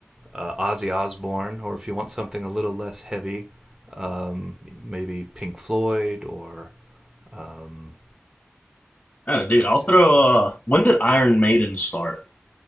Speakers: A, on the right; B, on the left.
A: uh, Ozzy Osbourne, or if you want something a little less heavy, um, maybe Pink Floyd or um,
B: Oh, dude,
A: let's
B: I'll
A: see.
B: throw uh when did Iron Maiden start?